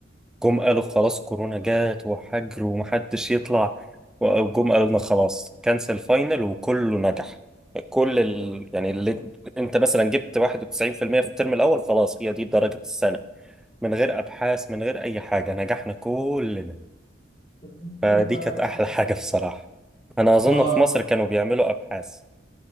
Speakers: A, in the centre; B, on the left (about 35°).
A: جم قالوا خلاص كورونا جات وحجر ومحدش يطلع وجم قالوا لنا خلاص كانسل فاينل وكله نجح كل ال... يعني اللي انت مثلا جبت 91% في المية في الترم الاول خلاص هي دي درجة السنة من غير ابحاث من غير اي حاجة نجحنا كلنا
B: طب حلو
A: فدي
B: ده
A: كانت احلى
B: يعني
A: <laughs> حاجة بصراحة انا اظن
B: اه
A: في مصر كانوا بيعملوا ابحاث